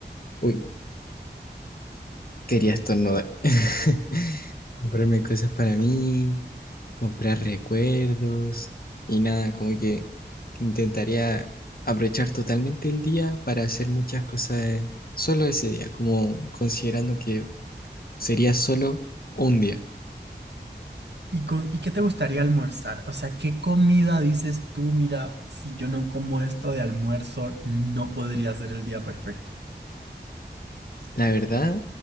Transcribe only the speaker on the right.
¿Y, con, ¿y qué te gustaría almorzar? O sea, ¿qué comida dices tú? Mira, si yo no como esto de almuerzo, no podría ser el día perfecto.